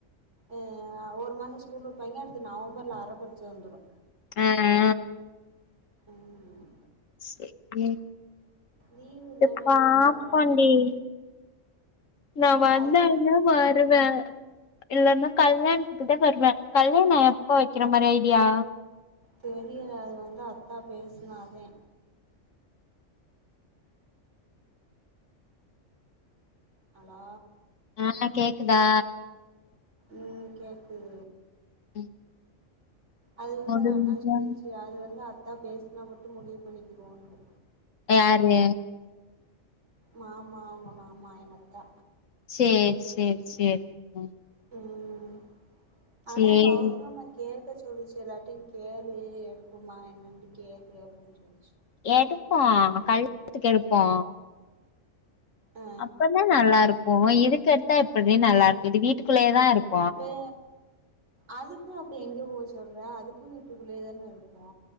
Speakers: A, on the right; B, on the left.
A: ஆ ஒரு மாசோ ஸ்கூல் வெப்பாய்ங்க அடுத்து நவம்பர்ல அர பருச்ச வந்துரு
B: ஆ
A: ம்
B: செரி
A: லீவு தான
B: எ பாப்போ
A: அந்த டையத்துக்கு
B: டி நா வந்தாதா
A: அதுவு
B: வருவே இல்லன்னா கல்யாண துக்கு தா வர்வே கல்யாண எப்ப வெக்கெற மாரி ஐடியா
A: தெரியல அது வந்து அத்தா பேசுனா தே ஹலோ
B: ஆ கேக்குதா
A: ம் கேக்குது
B: ம்
A: அது வந்து
B: முடிஞ்சா
A: நா அண்ணா சொல்லிச்சு அது வந்து அத்தா பேசுனா மட்டு முடிவு பண்ணிக்கிறோன்ட்டு
B: யாரு
A: மாமா உங்க மாமா எங்க அத்தா
B: சேரி சேரி சேரி ம்
A: ம் அதா
B: சேரி
A: பௌஷா மே கேக்க சொல்லுச்சு எல்லார்ட்டையு கேளு எடுப்பொமா என்னன்ட்டு கேளு அப்பிடின்னு சொல்ச்சு
B: எடுப்போ கல்யாண்த்துக்கு எடுப்போ
A: ஆ
B: அப்பதா நல்லா இருக்கோ இதுக்கு எடுத்தா எப்புட்ரி நல்லா இருக் இது வீட்டுக்குள்ளயே தா இருக்
A: லே அதுக்கு அப்ப எங்க போய் சொல்ற அதுக்கு வீட்டுக்குள்ளே தானே இருப் போ